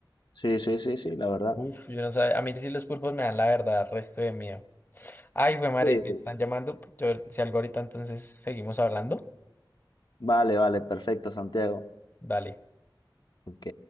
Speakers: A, on the left; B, on the left.
A: sí, sí, sí, sí, la verdad.
B: Uf, yo no sabía. A mí sí los pulpos me dan la verdad, resto de miedo. Ay, güey, madre,
A: Sí.
B: me están llamando. Yo, si algo ahorita, entonces seguimos hablando.
A: Vale, vale, perfecto, Santiago.
B: Dale.
A: Ok.